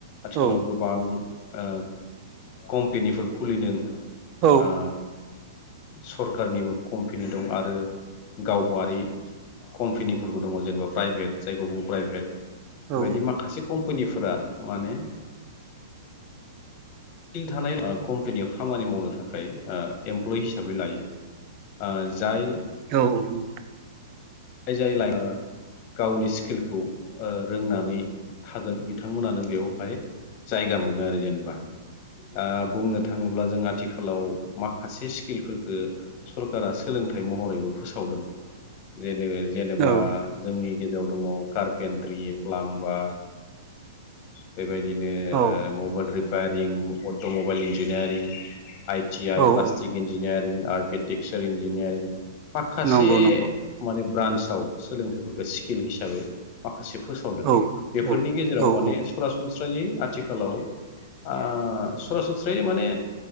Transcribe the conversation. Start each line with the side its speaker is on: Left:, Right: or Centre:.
Left: आथिखालाव
Right: औ
Left: गोबां ओ कम्पेनिफोर खुलिदों
Right: औ
Left: ओ सरखारनिबो कम्पेनि दं आरो गावबारि कम्पेनिफोरबो दङ जेनेबा प्राइभेट जायखौ बुङो प्राइभेट बेबायदि
Right: औ
Left: माखासे कम्पेनिफोर फोरा माने थानाय ओ कम्पेनियाव खामानि मावनो थाखाय ओ एमप्लयिस हिसाबै लायो ओ जाय
Right: औ औ नोंगौ
Left: जाय लायमोन ओ गावनि स्किलखौ ओ रोंनानै थागोन बिथांमोनानो बेयाव फाय जायगा मोनो आरो जेनेबा ओ बुंनो थाङोब्ला जों आथिखालाव माखासे स्किलफोरखौ सरकारा सोलोंथाइ महरैबो फोसावदों नैबे जेनेबा
Right: औ
Left: जोंनि गेजेराव दङ कारपेन्ट्रि प्लामबा बेबायदि बिदिनो
Right: औ
Left: ओ मबाइल रि फायारिं अट' मबाइल इन्जिनियारिं आइ टि आइ
Right: औ
Left: प्लास्टिक
Right: औ
Left: इन्जिनियारिं आरकिटेक्चार इन्जिनियारिं माखासे
Right: नंगौ उम
Left: ब्रान्साव सोलोंथाइफोरखौ स्किल हिसाबै माखासे माखासे फोसावदों
Right: औ नंगौ
Left: बेफोरनि गेजेराव माने सरासनस्रा स्रायै आथिखालाव आ सरासनस्रायै माने